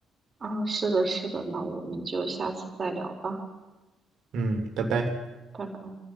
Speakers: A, on the right; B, on the right.
A: 啊，是的，是的，那我们就下次再聊吧，
B: 嗯，拜拜。
A: 拜拜。